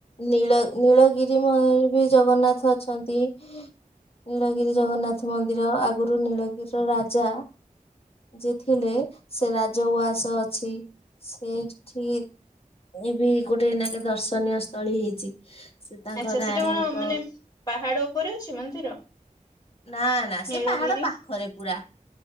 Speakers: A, on the left (about 40°); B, on the left (about 25°).
A: ନୀଳ ନୀଳଗିରି ମ ବି ଜଗନ୍ନାଥ ଅଛନ୍ତି ନୀଳଗିରି ଜଗନ୍ନାଥ ମନ୍ଦିର ଆଗରୁ ନୀଳଗିରିର ରାଜା ଯେ ଥିଲେ ସେ ରାଜଉଆସ ଅଛି। ସେଠି ଏ ବି ଗୋଟେ ଏଇନାକେ ଦର୍ଶନୀୟ ସ୍ଥଳୀ ହେଇଛି। ସେ ତାଙ୍କ
B: ଆଚ୍ଛା
A: ରାଣୀଙ୍କ
B: ସେଟା କଣ ମାନେ ପାହାଡ ଉପରେ ଅଛି ମନ୍ଦିର
A: ନା ନା
B: ନୀଳଗିରି
A: ସେ ପାହାଡ ପାଖରେ ପୁରା